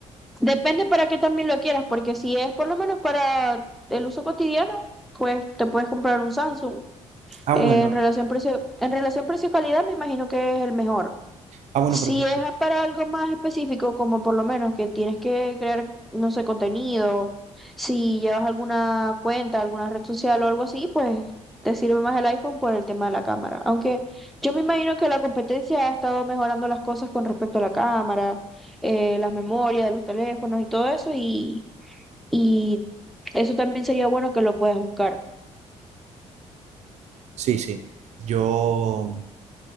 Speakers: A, in the centre; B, on the right.
A: depende para qué también lo quieras, porque si es por lo menos para el uso cotidiano, pues te puedes comprar un Samsung.
B: ah,
A: Eh,
B: bueno,
A: en relación precio, en relación precio-calidad, me imagino que es el mejor.
B: ah, bueno,
A: Si
B: pero eso
A: es
B: sí.
A: a- para algo más específico, como por lo menos que tienes que crear, no sé, contenido, si llevas alguna cuenta, alguna red social o algo así, pues te sirve más el iPhone por el tema de la cámara. Aunque yo me imagino que la competencia ha estado mejorando las cosas con respecto a la cámara, eh, las memorias de los teléfonos y todo eso, y, y eso también sería bueno que lo puedas buscar.
B: Sí, sí. Yo